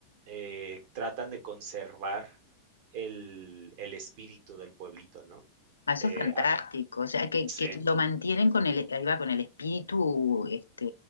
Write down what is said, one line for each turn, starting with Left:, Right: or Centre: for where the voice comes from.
Right: eh, tratan de conservar el, el espíritu del pueblito, ¿no?
Left: Ah, Eso
Right: eh,
Left: es fantástico.
Right: a-
Left: O sea, que,
Right: Sí,
Left: que lo mantienen con el, ahí va, con el espíritu, este,